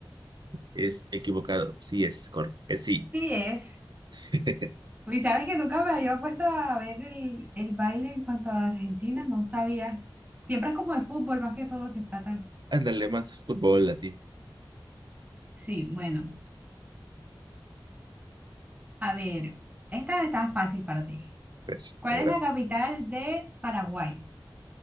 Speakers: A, on the right; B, on the right.
A: Es equivocado. Sí es, correcto. eh, Sí.
B: sí es.
A: <laughs>
B: Y sabes que nunca me había puesto a ver el, el baile en cuanto a Argentina, no sabía. Siempre es como de fútbol más que todo que tratan.
A: Ándale, más fútbol así.
B: Sí, bueno, a ver, esta está fácil para ti.
A: A ver,
B: ¿Cuál
A: a ver,
B: es la
A: ah,
B: capital de Paraguay?